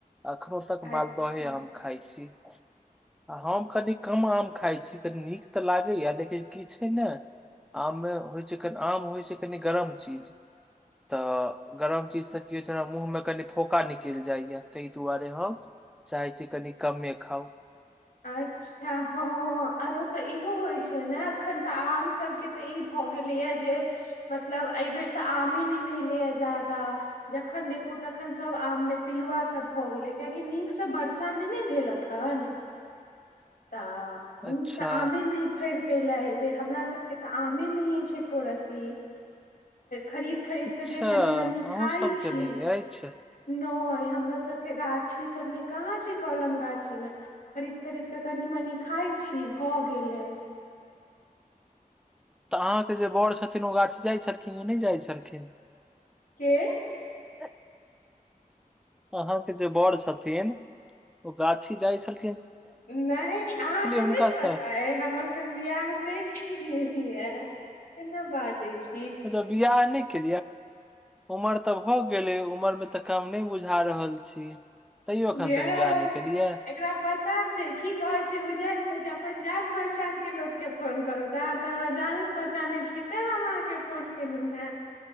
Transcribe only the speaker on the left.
अच्छा
अच्छा हँ आरो तऽ इहो होइ छै ने एखन तऽ आम सभके तऽ ई भऽ गेलय यै जे मतलब एहि बेर तऽ आमे नहि भेलैय जादा जखन देख तखन सब आम मे पिलुआ सब भऽ गेलै कियाकि नीकसँ वर्षा नहि ने भेल अखन तऽ नीक
से आमे नहि फड़ि पेलै एहि बेर हमरा सबके तऽ आमे नहि छै एको रति खरीद खरीद
के जे कनी
मनी खाय
छी
न हमरो सबकेँ गाछी सबमे कहाँ छै कलम गाछी मे खरीद खरीद कऽ कनी मनी खाइत छी भऽ गेलय
के
नहि अहाँके
नहि पता अइ हम एखन बियाह नहि केलिए अय केना बाजै छी
यौ
एकरा पता छै की कहैत छै बुझलियै जे अपन जान पर च केँ लोकके फोन करू तऽ तऽ हमरा जानैत पहचानैत छी तें हम अहाँके फोन केलहुँ हें